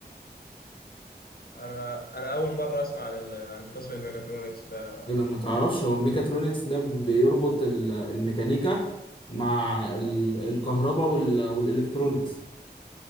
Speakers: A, on the left (about 60°); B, on the left (about 30°).
A: أنا أنا أول مرة أسمع عن ال... عن قسم الميكاترونكس ده
B: اذا ما تعرفش هو الميكاترونكس ده بيربط ال- الميكانيكا مع ال- الكهرباء وال- والالكترونكس